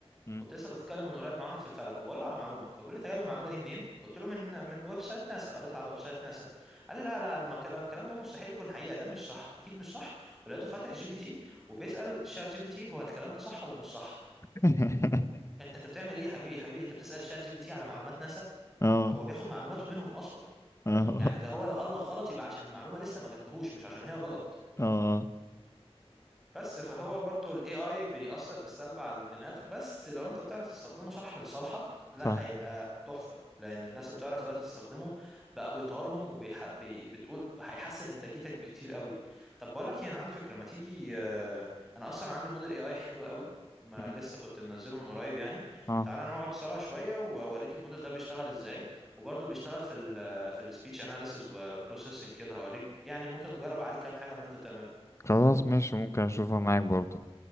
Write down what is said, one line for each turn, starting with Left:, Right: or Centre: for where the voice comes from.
Left: امم
Centre: كنت لسه بتكلم من قريب مع واحد في الفلك وبقول له على معلومه فبقول لي انت جايب المعلومه دي منين قلت له من من ويب سايت ناسا قريتها على ويب سايت ناسا قال لي لا لا الم- الكلام ده مستحيل يكون حقيقه ده مش صح اكيد مش صح ولقيته فاتح جي بي تي وبيسال شات جي بي تي هو الكلام ده صح ولا مش صح
Left: <laughs>
Centre: انت انت بتعمل ايه يا حبيبي يا حبيبي انت بتسال شات جي بي تي على معلومات ناسا
Left: اه
Centre: هو بياخد معلوماته منهم اصلا
Left: اه
Centre: يعني ده هو لو قال لك غلط يبقى عشان المعلومه لسه ما جاتلهوش مش عشان هي غلط
Left: اه
Centre: بس فهو برضو ال AI بيأثر بالسلب على الدماغ بس لو انت بتعرف تستخدمه صح لصالحك لا
Left: صح
Centre: هيبقى تحفة لأن الناس اللي بتعرف دلوقتي تستخدمه بقى بيطورهم وبيح... بي... بتقول هيحسن إنتاجيتك بكتير قوي طب بقول لك ايه، انا عندي فكرة ما تيجي آه، انا اصلا عندي موديل AI حلو قوي ما
Left: امم
Centre: لسه كنت منزله من قريب يعني
Left: اه
Centre: تعالى نقعد سوا شوية واوريك الموديل ده بيشتغل ازاي وبرضه بيشتغل في ال في السبيتش اناليسز وبروسيسنج كده هوريك يعني ممكن نجرب عليه كام حاجة من اللي انت بتعمله
Left: خلاص ماشي ممكن اشوفها معاك برضه